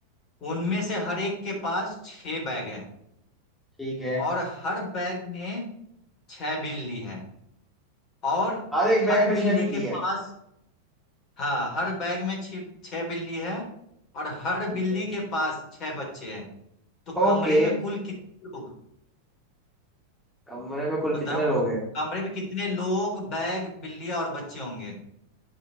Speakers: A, on the left (about 35°); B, in the centre.
A: उनमें
B: ठीक
A: से हर एक के पास छह बैग है
B: ठीक है
A: और हर बैग में छह बिल्ली है और
B: हर
A: हर
B: एक बैग में छह
A: बिल्ली
B: बिल्ली
A: के
B: है
A: पास हाँ हर बैग में छह छह बिल्ली है और हर
B: ठीक
A: बिल्ली
B: है
A: के पास छह बच्चे हैं तो कमरे
B: ओके
A: में कुल कितने लोग
B: कमरे में कुल
A: बताओ
B: कितने लोग हैं
A: कमरे में कितने लोग बैग बिल्ली और बच्चे होंगे